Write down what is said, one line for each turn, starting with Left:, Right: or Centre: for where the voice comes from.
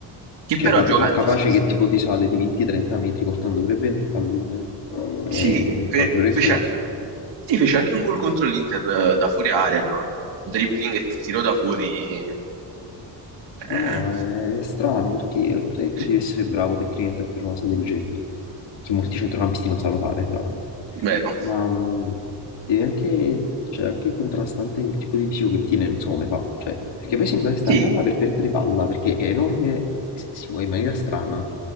Right: che
Left: Cioè,
Right: però
Left: capi-
Right: gioca a difesa.
Left: capace che tipo ti sale di 20-30 metri portando pure bene il pallone. È
Right: Sì, fe-
Left: capace pure
Right: fece
Left: che fa gol.
Right: anche, sì, fece anche un gol contro l'Inter eh, da fuori area, ma dribbling e tiro da fuori,
Left: No,
Right: eh,
Left: no, è strano perché oltre che
Right: sì,
Left: deve essere bravo tecnicamente per una cosa del genere, che molti centrocampisti non sanno fare, tra l'altro,
Right: vero?
Left: ma mm, deve anche, cioè, anche contrastante il tipo di fisico che tiene, non so come fa. Cioè, perché poi sembra che sta
Right: Sì,
Left: là là per perdere palla, perché è enorme e si si muove in maniera strana,